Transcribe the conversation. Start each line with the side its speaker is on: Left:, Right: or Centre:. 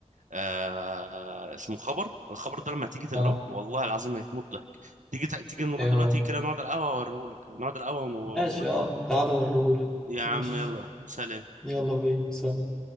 Right: آه... اسمه خبر الخبر ده لما تيجي تقراه
Centre: اه
Right: والله العظيم هتموت ضحك تيجي ت... تيجي نروح
Centre: ايه
Right: دلوقتي
Centre: هو
Right: كده نقعد على القهوه اوريهولك نقعد على القهوه ونوريهولك
Centre: ماشي اه تعالى وريهولي
Right: يا عم
Centre: ماشي
Right: يلا سلام
Centre: يلا بينا سلام